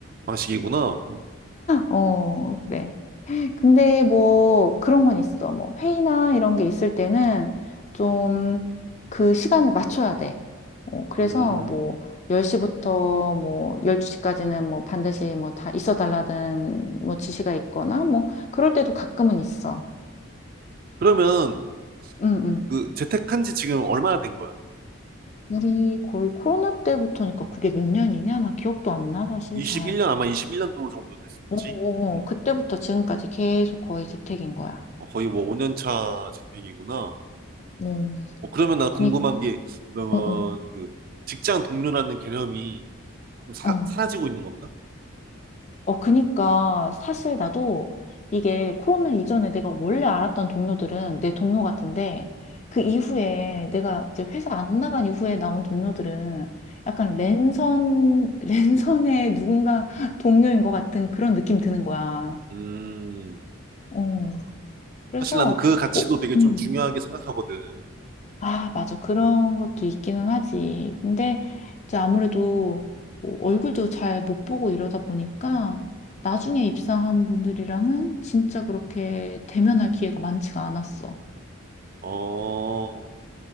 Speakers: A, on the right (about 45°); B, on the left (about 35°).
A: 방식이구나.
B: 어, 그래. 근데 뭐 그런 건 있어. 뭐 회의나 이런 게 있을 때는 좀 그 시간을 맞춰야 돼. 어, 그래서
A: 음.
B: 뭐 10시부터 뭐 12시까지는 뭐 반드시 뭐 다 있어 달라는 뭐 지시가 있거나 뭐 그럴 때도 가끔은 있어.
A: 그러면
B: 응, 응.
A: 그 재택한 지 지금 얼마나 된 거야?
B: 우리 거의 코로나 때부터니까 그게 몇 년이냐? 나 기억도 안 나, 사실
A: 21년,
B: 잘.
A: 아마 21년도 정도 됐었지?
B: 어, 어,
A: 음.
B: 어. 그때부터 지금까지 계속 거의 재택인 거야.
A: 어, 거의 뭐 5년 차 재택이구나.
B: 어,
A: 어, 그러면 나 궁금한
B: 그니,
A: 게, 그러면
B: 어, 어.
A: 그 직장 동료라는 개념이 좀 사,
B: 어.
A: 사라지고 있는 건가?
B: 어, 그니까 사실 나도 이게 코로나 이전에 내가 원래 알았던 동료들은 내 동료 같은데 그
A: 음.
B: 이후에 내가 이제 회사 안 나간 이후에 나온 동료들은 약간 랜선, <laughs> 랜선의 누군가 동료인 것 같은 그런 느낌 드는 거야.
A: 음.
B: 어, 그래서
A: 사실 나는 그 가치도
B: 뭐,
A: 되게
B: 음.
A: 좀 중요하게 생각하거든.
B: 아, 맞아. 그런 것도 있기는 하지. 근데 이제 아무래도 뭐 얼굴도 잘 못 보고 이러다 보니까 나중에 입사한 분들이랑은 진짜 그렇게 대면할 기회가 많지가 않았어.
A: 어.